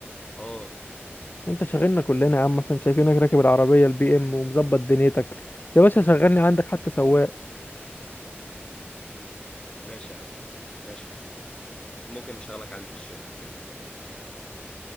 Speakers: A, on the left (about 20°); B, on the left (about 45°).
A: اه
B: انت شاغلنا كلنا يا عم عشان شايفينك راكب العربيه البي ام ومظبط دنيتك يا باشا شغلني عندك حتى سواق
A: ماشي يا عم ماشي يا عم ممكن اشغلك عندي في الشركه على فكره